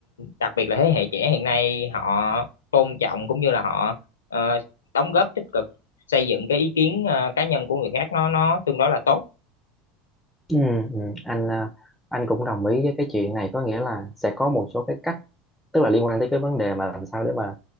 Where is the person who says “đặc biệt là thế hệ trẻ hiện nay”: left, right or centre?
Left